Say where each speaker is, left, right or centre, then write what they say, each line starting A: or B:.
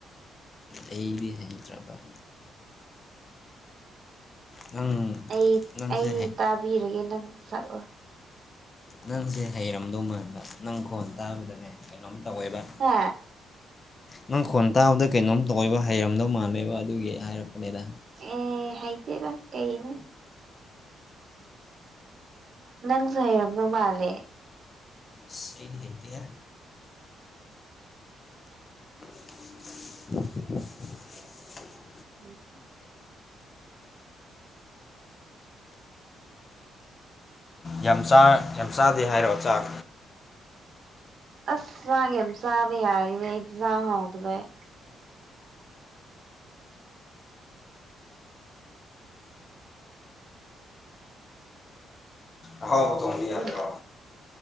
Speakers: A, on the left (about 35°); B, on the right (about 55°).
A: ꯑꯩꯗꯤ ꯍꯩꯇ꯭ꯔꯕ ꯅꯪ
B: ꯑꯩ
A: ꯅꯪꯁꯦ
B: ꯑꯩ
A: ꯍꯩ
B: ꯇꯥꯛ ꯕꯤꯔꯒꯦ ꯅꯪ ꯁꯛꯑꯣ
A: ꯅꯪꯁꯦ ꯍꯩꯔꯝꯗꯧ ꯃꯥꯟꯕ ꯅꯪ ꯈꯣꯟ ꯇꯥꯕꯗꯅꯦ ꯀꯩꯅꯣꯝ ꯇꯧꯋꯦꯕ
B: ꯍꯥ
A: ꯅꯪ ꯈꯣꯟ ꯇꯥꯕꯗ ꯀꯩꯅꯣꯝ ꯇꯧꯋꯦꯕ ꯍꯩꯔꯝꯗꯧ ꯃꯥꯜꯂꯦꯕ ꯑꯗꯨꯒꯤ ꯍꯥꯏꯔꯛꯄꯅꯦꯗ
B: ꯑꯦ ꯍꯩꯇꯦꯗ ꯀꯩꯅꯣ ꯅꯪꯁꯨ ꯍꯩꯔꯝꯗꯧ ꯃꯥꯜꯂꯦ
A: ꯏꯁ ꯑꯩꯗꯤ ꯍꯩꯇꯦꯌꯦ <inaudible>
B: <unintelligible>
A: ꯌꯥꯝ ꯆꯥ ꯌꯥꯝ ꯆꯥꯗꯦ ꯍꯥꯏꯔꯣ ꯆꯥꯛ
B: ꯑꯁ ꯆꯥꯛ ꯌꯥꯝ ꯆꯥꯕ ꯌꯥꯗ꯭ꯔꯦꯅꯦ ꯌꯦꯟꯖꯥꯡ ꯍꯥꯎꯇ ꯕꯩ
A: ꯑꯍꯥꯎꯕ ꯊꯣꯡꯕ
B: ꯎꯝ
A: ꯌꯥꯗ꯭ꯔꯣ